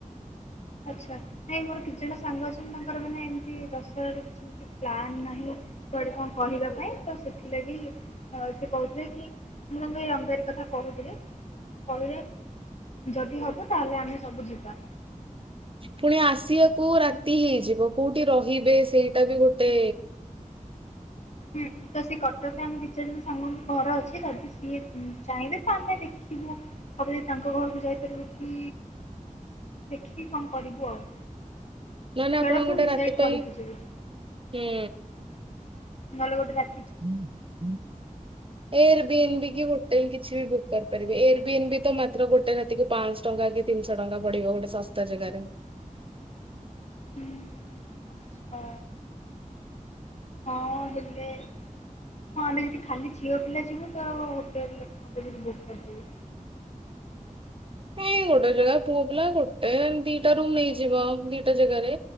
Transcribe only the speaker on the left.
ଆଚ୍ଛା ନାଇଁ ମୋର କିଛି ଜଣ ସାଙ୍ଗ ଅଛନ୍ତି ତାଙ୍କର ମାନେ ଏମିତି ଦଶହରାରେ କିଛି ପ୍ଲାନ ନାହିଁ କୁଆଡେ କଣ କହିବା ପାଇଁ ତ ସେଥିଲାଗି ଆ ସେ କୋହୁଥିଲେ କି ମୁଁ ତାଙ୍କୁ ଏଇ ରମ୍ପତାରୀ କଥା କୋହୁଥିଲି କହିଲେ ଯଦି ହବ ତାହେଲେ ଆମେ ସବୁ ଯିବା।
ହୁଁ ତ ସେ କଟକରେ ଆମ ଦିଇ ଚାରି ଜଣ ସାଙ୍ଗଙ୍କ ଘର ଅଛି। ଯଦି ସିଏ ଉଁ ଚାହିଁବେ ତ ଆମେ ଦେଖିବୁ ଅଭି ତାଙ୍କ ଘରକୁ ଯାଇପାରିବୁ କି? ଦେଖିକି କଣ କରିବୁ ଆଉ।
ସେଗୁଡା
ସବୁ ଡିସାଇଡ୍
କରିକି
ଯିବୁ
ନେହେଲେ ଗୋଟେ ରା
ଉଁ ଆଚ୍ଛା। ହଁ ହେଲେ। ହଁ ଆମେ ଯଦି ଖାଲି ଝିଅ ପିଲା ଯିବୁ ତ ହୋଟେଲ ହବ ଯଦି ବୁକ୍ କରିଦବୁ।